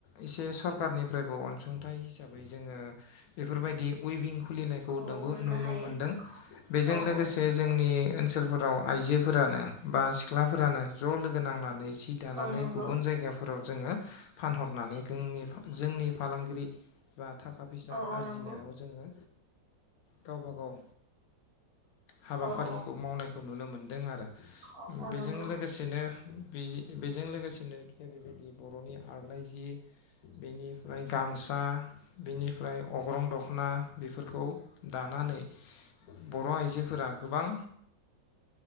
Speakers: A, on the left; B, on the right.
A: एसे सरखारारनिफ्रायबो अनसुंथाइ हिसाबै जोङो बेफोरबायदि उयभिं खुलिनायखौ
B: औ औ मोननो
A: नुनो
B: हायो
A: मोनदों बेजों
B: औ
A: लोगोसे
B: औ
A: जोंनि ओनसोलफोर फोराव आइजोफोरानो बा सिख्लाफोरानो ज' लोगो नांनानै सि दानानै
B: औ नंगौ
A: गुबुन जायगा फोराव जोङो फानहरनानै जोंनि जोंनि फालांगिरि बा थाखा फैसा
B: औ
A: आरजिनायाव
B: औ नंगौ
A: जोङो गावबा गाव हाबाफारिखौ
B: औ औ
A: मावनायखौ नुनो मोनदों आरो
B: अ अ
A: बेजों
B: नंगौ
A: लोगोसेनो बेजों लोगोसेनो जेरैबायदि बर'नि आरनाय जि बेनिफ्राय गामसा बेनिफ्राय अग्रं दख'ना बेफोरखौ दानानै बर' आइजोफोरा गोबां